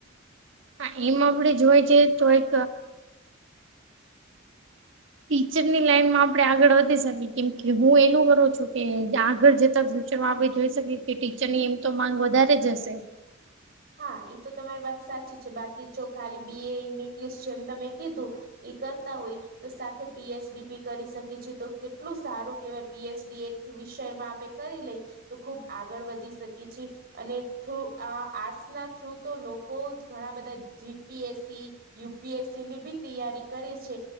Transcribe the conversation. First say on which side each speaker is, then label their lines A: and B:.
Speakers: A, on the right; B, on the right.
A: હા એમ આપડે જોવા જાએ એ તો એક ટીચરની લાઈનમાં આપણે આગળ વધી શકી. કેમ કે હું એનું કરું છું કે આગળ જતાં ફ્ ચરમાં આપે જોઈ શકીએ કે ટીચરની એમ તો માંગ વધારે જ હશે.
B: હા એ તો તમારી વાત સાચી છે બાકી જો ખાલી બી એ એની <unintelligible> જેમ તમે કીધું એ કરતા હોય તો સાથે પી એચ ડી બી કરી શકી છી તો કેટલું સારું કેવાય પી એચ ડી એ વિષયમાં આપણે કરી લઈ તો ખુબ આગળ વધી શકીએ છી. અને થ્રુ આ આર્ટસના થ્રુ તો લોકો જ ઘણા બધા G P S C, U P S ની બી તૈયારી કરે છે